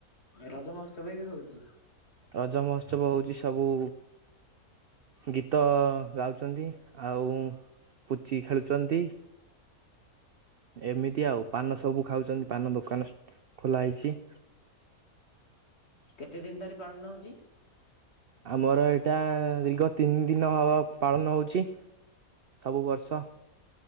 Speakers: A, on the left; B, on the right.
A: ରଜ ମହୋତ୍ସବ ବି ହୋଉଚି?
B: ରଜ ମହୋତ୍ସବ ହୋଉଚି ସବୁ ଗୀତ ଗାଉଚନ୍ତି ଆଉ ପୁଚି ଖେଳୁଚନ୍ତି। ଏମିତି ଆଉ ପାନ ସବୁ ଖାଉଚନ୍ତି ପାନ ଦୋକାନ ଖୋଲା ହେଇଚି।
A: କେତେ ଦିନ ଧରି ପାଳନ ହଉଚି?
B: ଆମର ଏଇଟା ଦୀର୍ଘ ତିନି ଦିନ ହବ ପାଳନ ହଉଚି ସବୁ ବର୍ଷ।